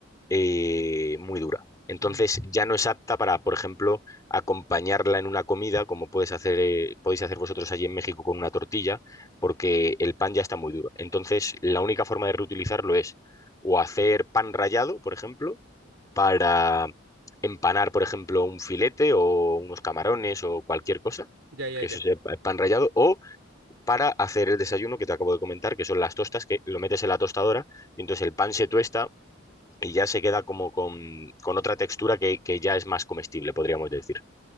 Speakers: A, on the left (about 20°); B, on the right (about 85°).
A: eh, muy dura. Entonces
B: Ujú,
A: ya no es apta para, por ejemplo, acompañarla en una comida, como puedes hacer, eh, podéis hacer vosotros allí en México con una tortilla, porque el pan ya está muy duro. Entonces, la única forma de reutilizarlo es o hacer pan rallado, por ejemplo, para empanar, por ejemplo, un filete o unos camarones o cualquier cosa,
B: Ya, ya,
A: que
B: ya.
A: eso sea pa- pan rallado, o para hacer el desayuno que te acabo de comentar, que son las tostas, que lo metes en la tostadora y entonces el pan se tuesta y ya se queda como con, con otra textura que, que ya es más comestible, podríamos decir.